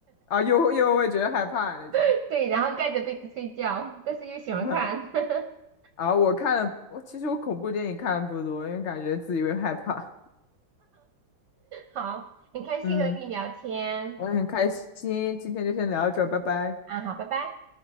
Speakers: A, on the left; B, on the right.
A: 啊，又又会觉得害怕那种。
B: <laughs> 对，然后盖着被子睡觉，但是又喜欢看。
A: <laughs>
B: <laughs>
A: 啊。我看的，我其实我恐怖电影看的不多，因为感觉自己会害怕。
B: 好，很开心和你聊天，
A: 嗯。我也很开心，今天就先聊到这儿，拜拜。
B: 啊，好，拜拜。